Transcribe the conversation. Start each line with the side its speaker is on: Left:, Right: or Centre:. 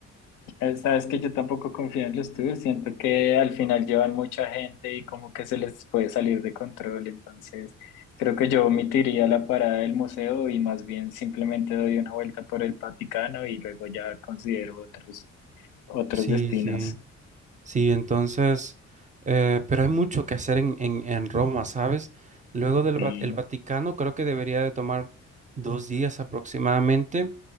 Left: Eh, Sabes que yo tampoco confío en los tours, siento que al final llevan mucha gente y como que se les puede salir de control, entonces creo que yo omitiría la parada del museo y más bien simplemente doy una vuelta por el Vaticano y luego ya considero otros, otros
Right: Sí,
Left: destinos.
Right: sí. Sí, entonces, eh, pero hay mucho que hacer en, en, en Roma, ¿sabes? Luego del
Left: Sí,
Right: Va- el Vaticano, creo que debería de tomar dos días aproximadamente.